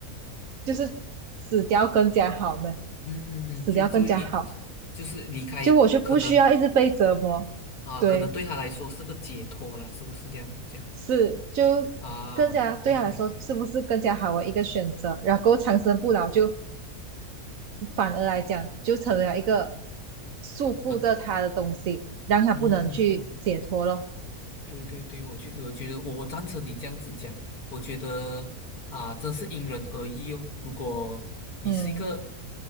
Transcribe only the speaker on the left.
嗯嗯嗯，
就就一就是离开，
可能啊，
可能对他来说是个解脱了，是不是这样子讲
啊？OK，明白。
嗯
嗯嗯嗯，对对对，我觉我觉得我赞成你这样子讲，我觉得啊，真是因人而异哦。如果你是一个